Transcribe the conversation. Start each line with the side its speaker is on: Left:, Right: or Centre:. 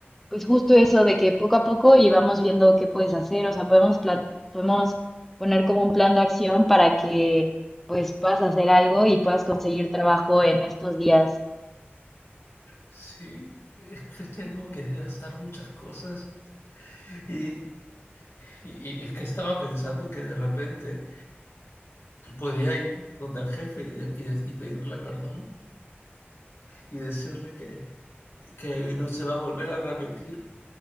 Centre: pues justo eso de que poco a poco y vamos viendo qué puedes hacer, o sea, podemos plan- podemos poner como un plan de acción para que pues puedas hacer algo y puedas conseguir trabajo en estos días.
Left: Sí, es que tengo que gastar muchas cosas. Y, y- y es que estaba pensando que de repente podía ir donde el jefe y, de- y de- y pedirle perdón y decirle que, que no se va a volver a repetir.